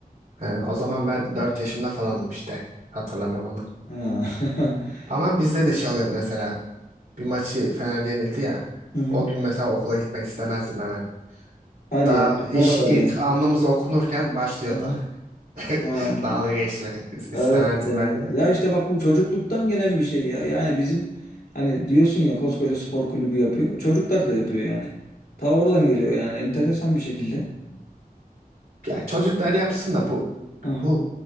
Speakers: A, on the right (about 75°); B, on the left (about 75°).
A: He, o zaman ben 4 yaşında falanım işte. Hatırlamıyorum onu.
B: Ha. <laughs>
A: Ama bizde de şey oluyordu mesela. Bir maçı Fener yenildi ya.
B: Hı hı.
A: O gün mesela okula gitmek istemezdim hemen.
B: Hadi
A: Daha
B: ya.
A: iş
B: O kadar
A: ilk
B: yani.
A: anımız okunurken başlıyordu.
B: Hı hı.
A: <laughs>
B: Ha.
A: Dalga geçme. İs-
B: Evet
A: istemezdim
B: ya.
A: ben de.
B: Ya işte bak bu çocukluktan gelen bir şey ya. Yani bizim hani diyorsun ya koskoca spor kulübü yapıyor. Çocuklar da yapıyor yani. Ta oradan geliyor yani enteresan bir şekilde.
A: Ya çocuklar yapsın da bu
B: Hı hı.
A: bu